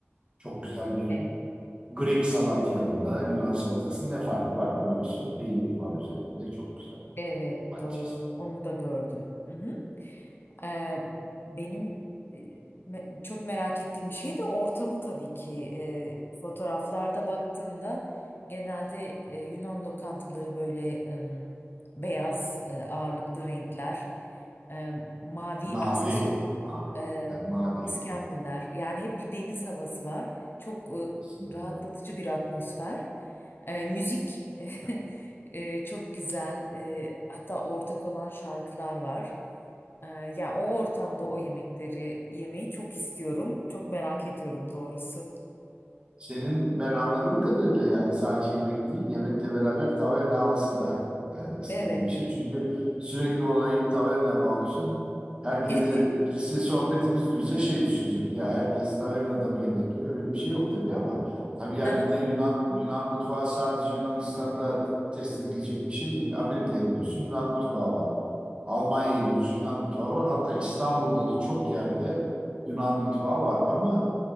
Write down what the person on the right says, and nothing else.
Çok güzel bir
Greek salat yanında Yunan salatasının ne farkı var biliyorsun. Peynir var üzerinde çok güzel.
Patates.
Mavi.
Mavi.
Tabii mavi. Evet,
kesinlikle.
Senin ben anladığım kadarıyla yani sadece yemek değil, yemekle beraber taverna havası da e, istediğim
bir şey. Çünkü sürekli olayı bir tavernaya bağlıyorsun. Herkes
de birisi sohbetimizi duysa şey düşünecek. Ya herkes tavernada mı yemek yiyor? Öyle bir şey yok tabii ama tabii yani
bir de Yunan Yunan mutfağı sadece Yunanistan'da test edilecek bir şey değil. Amerika'ya gidiyorsun Yunan mutfağı var. Almanya'ya gidiyorsun Yunan mutfağı var. Hatta İstanbul'da da çok yerde Yunan mutfağı var ama